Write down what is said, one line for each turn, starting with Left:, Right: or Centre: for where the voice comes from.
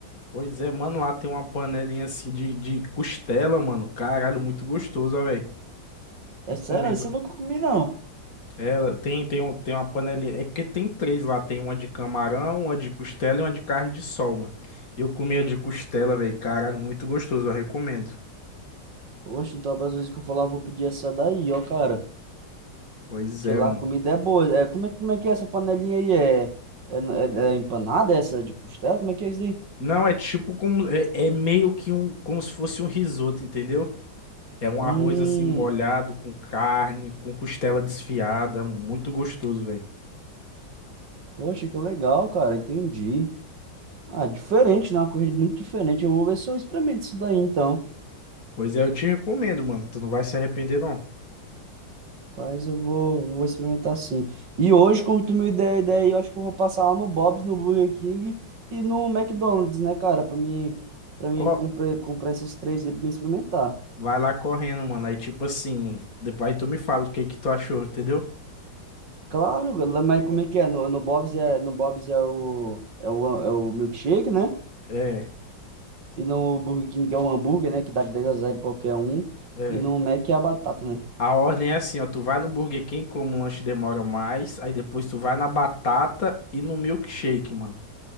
Left: Pois é, mano, lá tem uma panelinha assim de, de costela, mano. Caralho, muito gostosa, velho.
Right: É
Left: Recomendo.
Right: sério, isso eu nunca comi, não.
Left: É, tem, tem, um- tem uma panelinha. É que tem três lá. Tem uma de camarão, uma de costela e uma de carne de sol, mano. Eu comi a de costela, velho. Caralho, muito gostoso, eu recomendo.
Right: Poxa, então, para as vezes que eu falar, eu vou pedir essa daí, ó, cara.
Left: Pois
Right: Porque
Left: é,
Right: lá
Left: mano.
Right: a comida é boa. É, como é, como é que é essa panelinha aí? É, é, é- é empanada essa de costela? Como é que é isso daí?
Left: Não, é tipo como. É, é meio que um. Como se fosse um risoto, entendeu? É um
Right: Hum,
Left: arroz assim molhado, com carne, com costela desfiada. Muito gostoso, velho.
Right: poxa, que legal, cara. Entendi. Ah, diferente, né? Uma coisa muito diferente. Eu vou ver se eu experimento isso daí, então.
Left: Pois é, eu te recomendo, mano. Tu não vai se arrepender, não.
Right: Mas eu vou, vou experimentar sim. E hoje, como tu me deu a ideia, aí, eu acho que eu vou passar lá no Bob's, no Burger King e no McDonald's, né, cara? Pra mim, pra mim
Left: Co-
Right: comprar, comprar esses três aí pra mim experimentar.
Left: Vai lá correndo, mano. Aí, tipo assim, depois aí tu me fala o que que tu achou, entendeu?
Right: Claro, lá- mas como é que é? No, no Bob's é, no Bob's é o, é o, é o milkshake, né?
Left: É,
Right: E no Burger King é o hambúrguer, né? Que dá de 10 a zero em qualquer um.
Left: é.
Right: E no Mac é a batata, né?
Left: A ordem é assim, ó. Tu vai no Burger King, como o lanche demora mais. Aí depois tu vai na batata e no milkshake, mano.